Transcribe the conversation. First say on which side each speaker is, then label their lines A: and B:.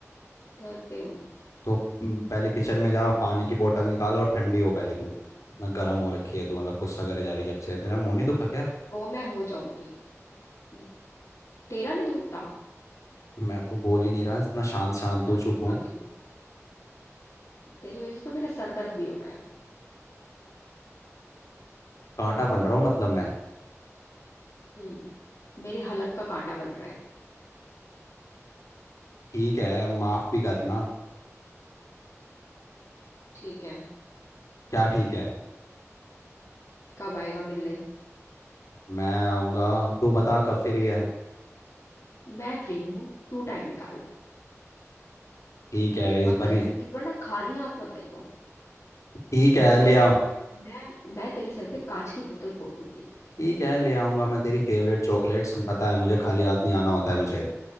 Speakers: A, on the left; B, on the left.
A: घर पे हूँ
B: तो हम्म, पहले किचन में जा पानी की बोतल निकाल और ठंडी हो पहले तू इतना गर्म हो रखी है तू मतलब गुस्सा करे जा रही जब से तेरा मुंह नहीं दुखा क्या
A: वो मैं हो जाऊंगी हम्म। तेरा नहीं दुखता
B: मैं तो बोल ही नहीं रहा इतना शांत शांत
A: मेरा
B: हूँ
A: तो
B: चुप
A: दिमाग
B: हूँ
A: नहीं दुख रहा है, तेरी वजह से तो मेरा सर दर्द भी हो रहा है
B: कांटा बन रहा हूँ मतलब मैं
A: हम्म मेरे हलक का कांटा बन रहा है
B: ठीक है माफ भी करना
A: ठीक है
B: क्या ठीक है
A: कब आएगा मिलने
B: मैं आऊँगा तू बता कब फ्री है
A: मैं फ्री हूँ तू टाइम निकाल
B: ठीक है इस
A: और बस
B: बार ही-
A: इस बार ना खाली हाथ मत आइयो
B: ठीक है
A: वरना
B: ले
A: मैं
B: आओ
A: मैं तेरे सर पे कांच की बोतल फोड़ दूंगी
B: ठीक है ले आऊँगा मैं तेरी फेवरेट चॉकलेट्स पता है मुझे खाली हाथ नहीं आना होता है मुझे